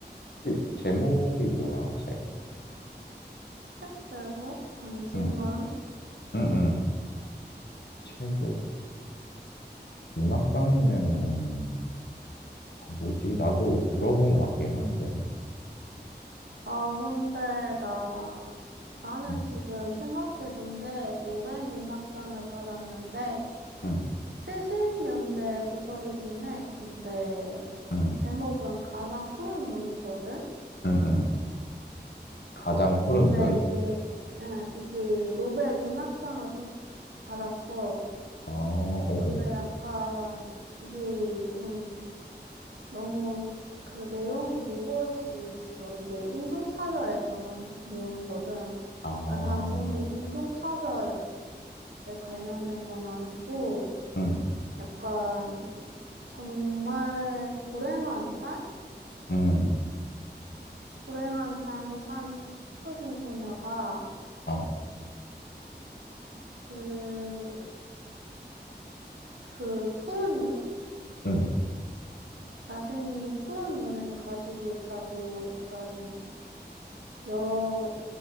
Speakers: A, on the left; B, on the right.
A: 혹시 제목이 뭐야, 책?
B: 책 제목? 잠시만.
A: 응, 응, 응. 책을 문학상이면은 아, 뭐지? 나도 들어본 것 같긴 한데.
B: 아, 근데 나 나는
A: 응,
B: 지금 생각해 둔 게 노벨 문학상을 받았는데
A: 응,
B: 70년대 소설이긴 해. 근데
A: 응,
B: 제목은 가장 푸른 눈이거든.
A: 응, 응. 가장 푸른
B: 근데
A: 눈?
B: 이게 응, 이게 노벨 문학상을 수- 받았어.
A: 어, 오, 오.
B: 근데 약간 이게 좀 너무 그 내용이 무거울 수 있어. 이게 인종차별에 관한 내용이거든.
A: 아,
B: 아, 단순히 인종차별에 관련된 건 아니고
A: 응,
B: 약간 정말 불행한 삶?
A: 응,
B: 불행한 삶을 산 흑인 소녀가
A: 어,
B: 그, 그 푸른 눈?
A: 응,
B: 자신이 푸른 눈을 가지고 있다고 약간 여러